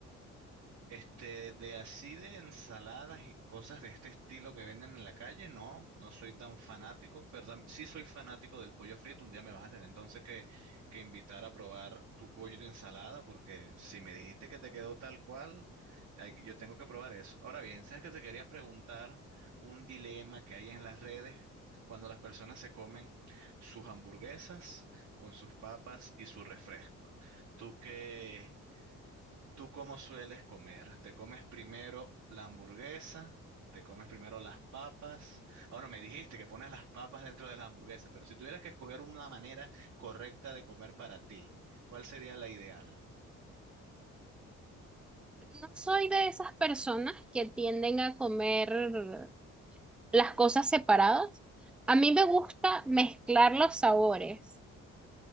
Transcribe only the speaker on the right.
este, de así de ensaladas y cosas de este estilo que venden en la calle, no, no soy tan fanático, pero tam- sí soy fanático del pollo frito. Un día me vas a tener entonces que, que invitar a probar tu pollo y tu ensalada, porque si me dijiste que te quedó tal cual, hay que- yo tengo que probar eso. Ahora bien, sabes que te quería preguntar un dilema que hay en las redes cuando las personas se comen sus hamburguesas con sus papas y su refresco. ¿Tú qué? ¿Tú cómo sueles comer? ¿Te comes primero la hamburguesa? ¿Te comes primero las papas? Ahora me dijiste que pones las papas dentro de las hamburguesas, pero si tuvieras que escoger una manera correcta de comer para ti, ¿cuál sería la ideal?